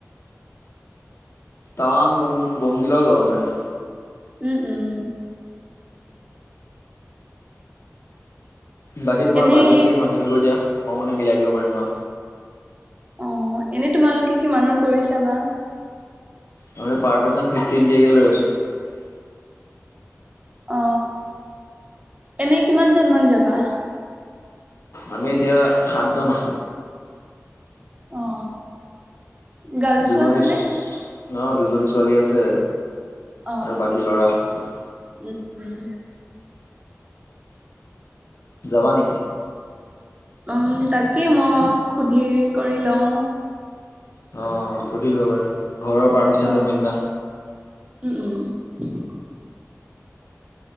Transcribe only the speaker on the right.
উম উম
এনেই
অ এনেই তোমালোকে কিমানৰ কৰিছা বা
অ এনেই কিমানজন মান যাবা
অ গাৰ্লছো
আছেনে?
অ',
উম, উম,
উম তাকেই মই সুধি কৰি লওঁ
অ',
উম, <unintelligible>